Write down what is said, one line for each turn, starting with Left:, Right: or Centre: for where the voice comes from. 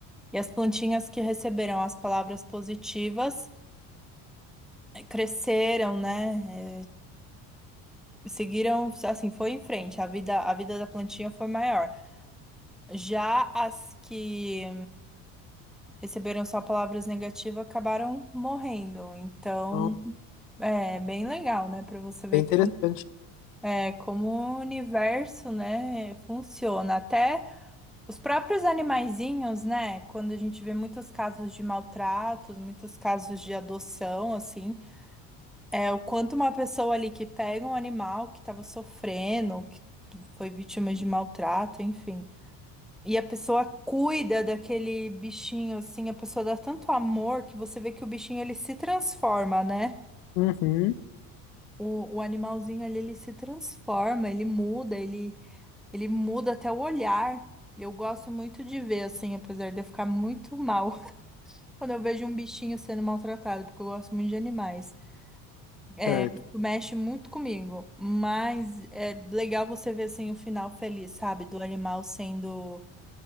Centre: E as plantinhas que receberam as palavras positivas eh, cresceram, né? Eh, seguiram, assim, foi em frente. A vida, a vida da plantinha foi maior. Já as que receberam só palavras negativas, acabaram morrendo. Então,
Left: Então,
Centre: é bem legal, né, para você ver
Left: é interessante.
Centre: como, é, como o universo, né, funciona. Até os próprios animaizinhos, né, quando a gente vê muitos casos de maltratos, muitos casos de adoção, assim, é o quanto uma pessoa ali que pega um animal que estava sofrendo, que foi vítima de maltrato, enfim. E a pessoa cuida daquele bichinho, assim, a pessoa dá tanto amor que você vê que o bichinho ele se transforma, né?
Left: Uhum,
Centre: O, o animalzinho ali, ele se transforma, ele muda, ele, ele muda até o olhar. Eu gosto muito de ver, assim, apesar de eu ficar muito mal <laughs> quando eu vejo um bichinho sendo maltratado, porque eu gosto muito de animais. É,
Left: certo.
Centre: isso mexe muito comigo, mas é legal você ver, assim, o final feliz, sabe? Do animal sendo